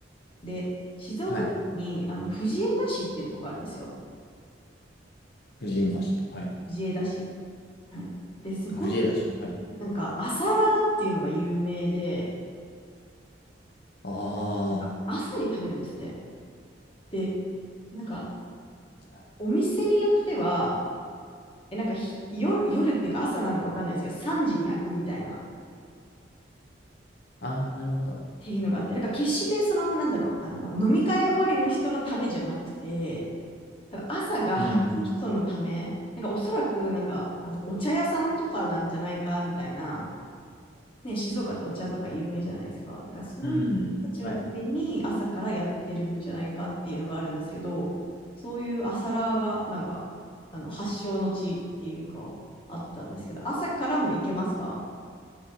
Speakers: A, on the left; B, on the left.
A: で、静岡県に、
B: はい。
A: あの、藤枝市っていうとこがあるんですよ。
B: 藤井橋。はい。
A: 藤枝市。はい。で、そこ、
B: あ、藤枝市。はい。
A: なんか、朝ラーっていうのが有名で、
B: あ
A: なんか、朝に食べるんですって。で、なんか、
B: あ。
A: お店によっては、え、なんかひ、夜、夜っていうか朝なのかわかんないですけど、3時に開くみたいな
B: ああ、なるほど。
A: ていうのがあって、なんか決してその、なんだろう、あの、飲み会終わりの人のためじゃなくて、多分朝が早い人のため、
B: うん。
A: なんかおそらくなんか、あの、お茶屋さんとかなんじゃないかみたいな、ね、静岡ってお茶とか有名じゃないですか。だからそういう人たちのために朝からやってるんじゃないかっていうのがあるんですけど、
B: うん。はい。
A: そういう朝ラーがなんか、あの、発祥の地っていうか、あったんですけど、朝からも行けますか